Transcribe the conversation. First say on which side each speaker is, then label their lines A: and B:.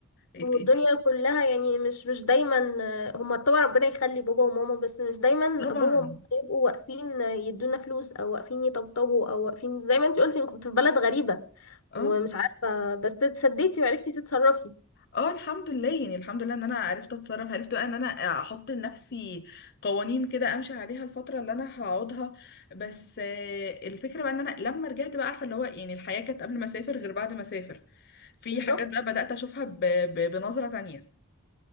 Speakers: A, on the left (about 50°); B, on the left (about 80°).
A: انت
B: والدنيا
A: انت
B: كلها يعني مش مش دايما آه، هما طبعا ربنا يخلي بابا وماما بس مش دايما
A: طبعا
B: بابا وماما يبقوا واقفين آه، يدونا فلوس او واقفين يطبطبوا او واقفين زي ما انت قلتي انك كنت في بلد غريبة
A: اه
B: ومش عارفة بس اتسديتي وعرفتي تتصرفي
A: اه الحمد لله يعني الحمد لله ان انا عرفت اتصرف عرفت بقى ان انا احط لنفسي قوانين كده امشي عليها الفتره اللي انا هقعدها بس آه، الفكره بقى ان انا لما رجعت بقى عارفه اللي هو يعني الحياه كانت قبل ما اسافر غير بعد ما اسافر في
B: بالظبط
A: حاجات بقى بدات اشوفها ب... ب... بنظره تانية